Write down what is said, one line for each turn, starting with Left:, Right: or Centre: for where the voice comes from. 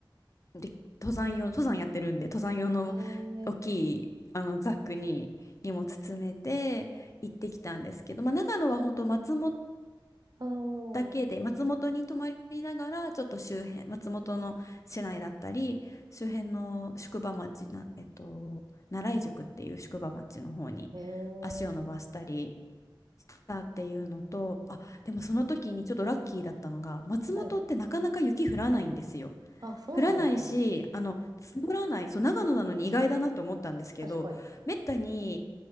Left: で登山用登山やってるんで登山用の大きいあのザックに荷物詰めて行ってきたんですけど、
Right: えー、
Left: まあ、長野は本当松本
Right: あー、
Left: だけで松本に泊まりながらちょっと周辺松本の市内だったり周辺の宿場町な、えっと、奈良井宿っていう宿場町の方に
Right: えー、
Left: 足を伸ばしたりしたっていうのとあでもその時にちょっとラッキーだったのが松本ってなかなか雪降らないんですよ。
Right: はい。あ、そうなんですね。
Left: 降らないし、あの、積もらない、そう、長野なのに意外だなと思ったんですけど、
Right: 確かに。
Left: めったに、